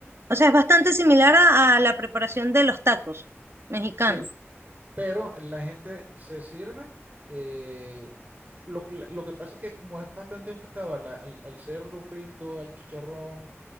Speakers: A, on the right; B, on the right.
A: O sea, es bastante similar a, a la preparación de los tacos mexicanos.
B: Sí, pero la gente se sirve. eh, lo, lo que pasa es que como es bastante enfocado a la- al, al cerdo frito, al chicharrón,